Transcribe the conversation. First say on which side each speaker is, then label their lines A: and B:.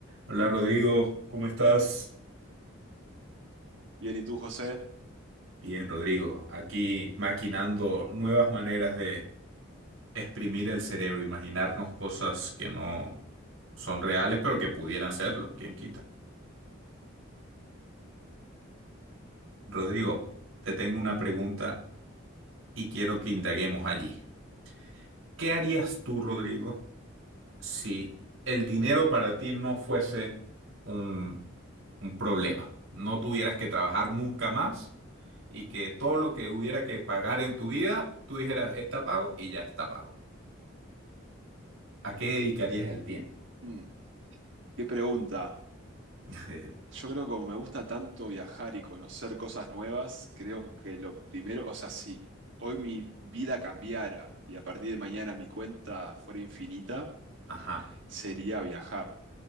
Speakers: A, on the right; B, on the right.
A: Hola Rodrigo, ¿cómo estás?
B: Bien, ¿y tú, José?
A: Bien, Rodrigo, aquí maquinando nuevas maneras de exprimir el cerebro, imaginarnos cosas que no son reales, pero que pudieran serlo, quién quita. Rodrigo, te tengo una pregunta y quiero que indaguemos allí. ¿Qué harías tú, Rodrigo? si el dinero para ti no fuese un, un problema, no tuvieras que trabajar nunca más y que todo lo que hubiera que pagar en tu vida, tú dijeras, está pago y ya está pago. ¿A qué dedicarías el tiempo?
B: Mm, qué pregunta.
A: <laughs>
B: Yo creo que como me gusta tanto viajar y conocer cosas nuevas, creo que lo primero, o sea, si hoy mi vida cambiara y a partir de mañana mi cuenta fuera infinita,
A: Ajá,
B: sería viajar.